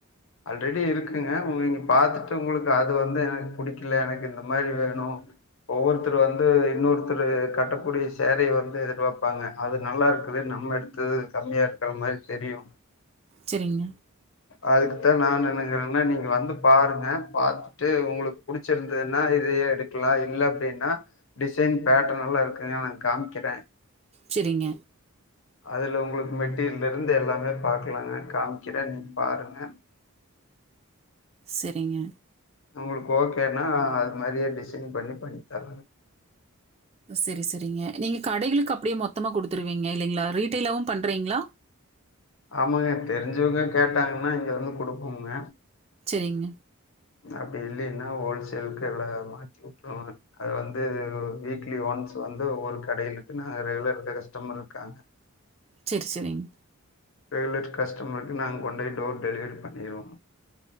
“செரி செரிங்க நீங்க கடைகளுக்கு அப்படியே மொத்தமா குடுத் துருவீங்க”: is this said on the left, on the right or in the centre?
Right